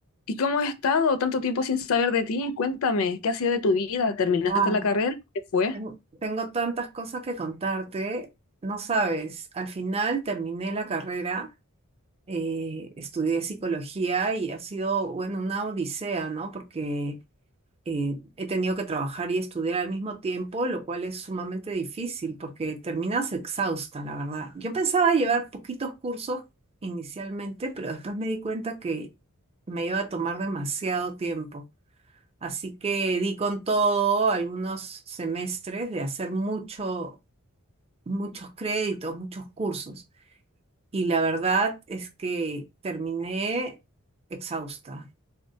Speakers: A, on the left; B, on the right.
A: ¿Y cómo has estado tanto tiempo sin saber de ti? Cuéntame, ¿qué ha sido de tu vida? ¿Terminaste
B: Wow,
A: la carrera? ¿Qué fue?
B: tengo, tengo tantas cosas que contarte, no sabes, al final terminé la carrera, eh, estudié psicología y ha sido, bueno, una odisea, ¿no? Porque eh, he tenido que trabajar y estudiar al mismo tiempo, lo cual es sumamente difícil porque terminas exhausta, la verdad. Yo pensaba llevar poquitos cursos inicialmente, pero después me di cuenta que me iba a tomar demasiado tiempo. Así que di con todo algunos semestres de hacer mucho, muchos créditos, muchos cursos. Y la verdad es que terminé exhausta.